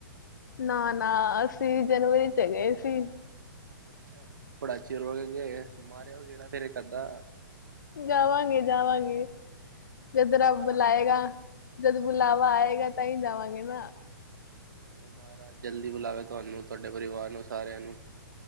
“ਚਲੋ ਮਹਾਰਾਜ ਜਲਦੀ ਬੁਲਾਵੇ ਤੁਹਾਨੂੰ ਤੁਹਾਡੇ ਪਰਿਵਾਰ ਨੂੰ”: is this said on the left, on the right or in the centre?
Right